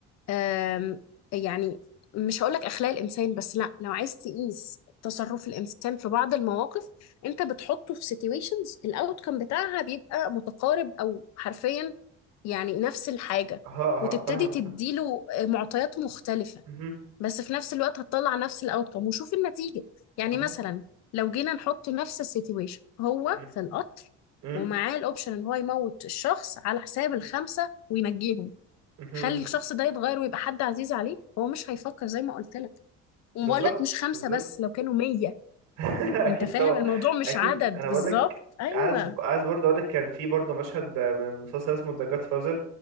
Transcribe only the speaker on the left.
آم، يعني مش هقولك أخلاق الإنسان بس لا لو عايز تقيس تصرف الإنسان في بعض المواقف أنت بتحطه في situations الأوتكم بتاعها بيبقى متقارب أو حرفيا يعني نفس الحاجة
وتبتدي
تديله
معطيات مختلفة
بس في نفس الوقت هتطلع نفس الأوتكم وشوف النتيجة يعني
مثلا لو جينا نحط نفس السيتويشن هو
في القطر
ومعاه الأوبشن إن هو يموت الشخص على حساب الخمسة وينجيهم
خلي
الشخص ده يتغير ويبقى حد عزيز عليه هو مش هيفكر زي ما قلت لك وبقول
لك مش خمسة
بس لو كانوا مية
انت فاهم
الموضوع مش
عدد
بالظبط
ايوه